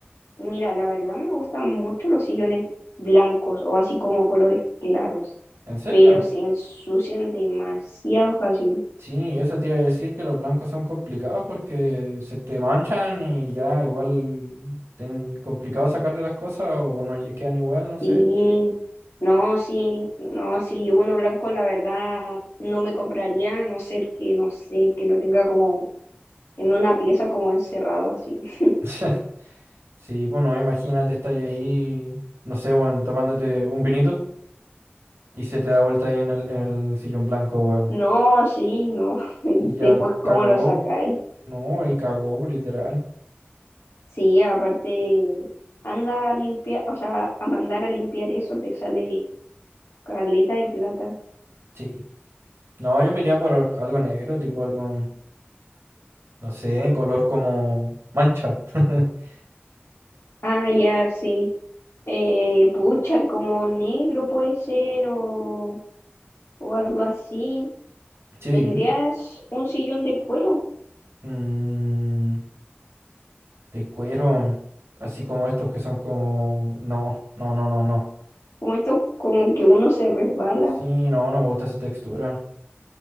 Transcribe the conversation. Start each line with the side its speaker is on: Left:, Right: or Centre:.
Left: Mira, la verdad me gustan mucho los sillones blancos o así como colores claros,
Right: ¿En serio?
Left: pero se ensucian demasiado fácil.
Right: Sí, eso te iba a decir que los blancos son complicados porque se te manchan y ya igual ten complicado sacarle las cosas o no lle- quedan igual, no sé.
Left: Sí, no, sí, no, sí, uno blanco la verdad no me compraría, a no ser que, no sé, que lo tenga como en una pieza como encerrado así. <laughs>
Right: <laughs> Sí, bueno, imagínate, estás ahí, no sé, bueno, tomándote un vinito y se te da vuelta ahí en el, en el sillón blanco, weón.
Left: No, sí, no, <laughs> y
Right: Y ya
Left: después cómo
Right: cagó.
Left: lo sacáis.
Right: No, ahí cagó, literal.
Left: Sí, aparte, anda a limpiar, o sea, a mandar a limpiar eso te sale caleta de plata.
Right: Sí. No, yo me iría por algo negro, tipo algo, no sé, color como mancha. <laughs>
Left: Ah, ya, sí. Eh, pucha, como negro puede ser o, o algo así.
Right: Sí.
Left: ¿Tendrías un sillón de cuero?
Right: Mm, de cuero, así como estos que son como... No, no, no, no, no.
Left: Como esto, como que uno se resbala.
Right: Sí, no, no me gusta esa textura.